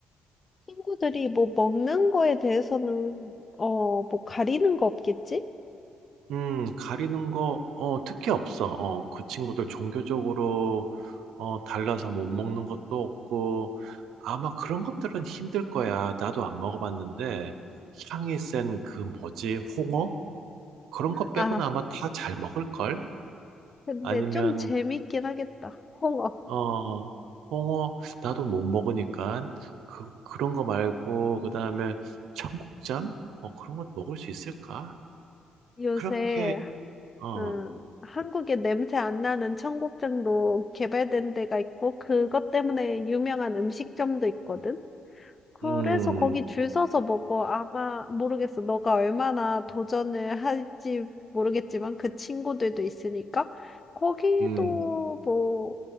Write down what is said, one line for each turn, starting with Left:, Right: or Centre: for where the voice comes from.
Left: 친구들이 뭐 먹는 거에 대해서는 어, 뭐 가리는 거 없겠지?
Right: 음, 가리는 거, 어, 특히 없어. 어, 그 친구들 종교적으로, 어, 달라서 못 먹는 것도 없고, 아마 그런 것들은 힘들 거야. 나도 안 먹어봤는데, 향이 센 그 뭐지, 홍어? 그런 거 빼고는
Left: 아,
Right: 아마 다 잘 먹을걸?
Left: 근데
Right: 아니면,
Left: 좀 재밌긴 하겠다. <laughs> 홍어.
Right: 어, 홍어, 나도 못 먹으니까, 그, 그런 거 말고, 그 다음에 청국장? 뭐 그런 것 먹을 수 있을까?
Left: 요새
Right: 그렇게, 어,
Left: 음, 한국에 냄새 안 나는 청국장도 개발된 데가 있고 그것 때문에 유명한 음식점도 있거든. 그래서
Right: 음,
Left: 거기 줄 서서 먹어. 아마 모르겠어. 너가 얼마나 도전을 할지 모르겠지만 그 친구들도 있으니까 거기도
Right: 음.
Left: 뭐